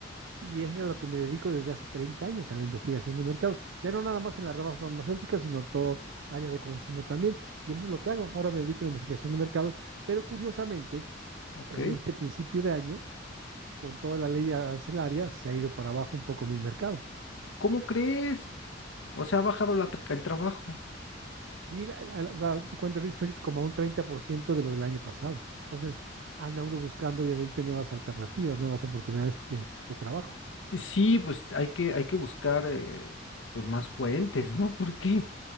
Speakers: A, on the right; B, on the left.
A: Y eso es a lo que me dedico desde hace 30 años, a la investigación de mercados. Ya no nada más en la rama farmacéutica, sino todo área de consumo también. Y eso es lo que hago. Ahora me dedico a la investigación de mercados, pero curiosamente,
B: Ok.
A: en este principio de año, con toda la ley arancelaria, se ha ido para abajo un poco mi mercado.
B: ¿Cómo crees? O sea, ha bajado la tra- el trabajo.
A: Sí, la- la- la- cuando estoy como a un 30% de lo del año pasado. Entonces, anda uno buscando obviamente nuevas alternativas, nuevas oportunidades de, de trabajo.
B: Sí, pues hay que, hay que buscar eh, pues más fuentes, ¿no? <laughs> Porque